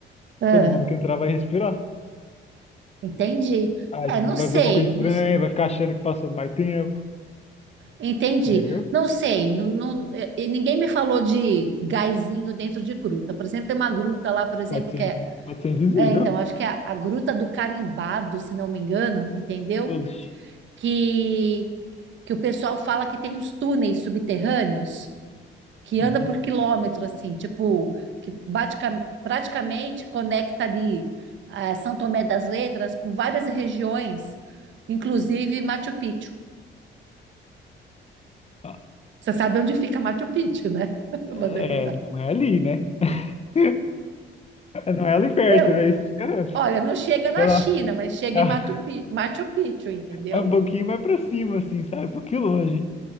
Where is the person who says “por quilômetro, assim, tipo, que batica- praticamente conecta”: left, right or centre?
Right